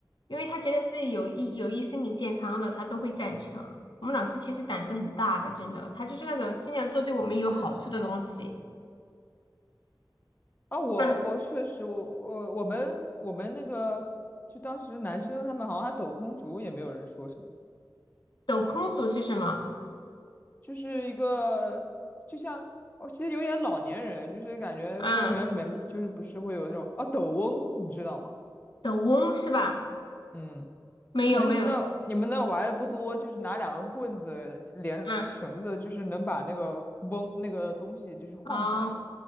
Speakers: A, on the left; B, on the left.
A: 因为她觉得是有益有益身体健康的，她都会赞成啊。我们老师其实胆子很大的，真的，他就是那种尽量做对我们有好处的东西。
B: 啊，我我确实，
A: 嗯，
B: 我我我们我们那个，就当时男生他们好像还抖空竹，也没有人说什么。
A: 抖空竹是什么？
B: 就是一个，就像哦，其实有点老年人，就是感觉公园里面就是不是会有那种啊抖翁，
A: 嗯，
B: 你知道吗？
A: 抖翁是吧？
B: 嗯，
A: 没有没有，
B: 可能你们那你们那玩的不多，就是拿两根棍子连着绳子，
A: 嗯，
B: 就是能把那个翁那个东西就是晃起来，
A: 哦。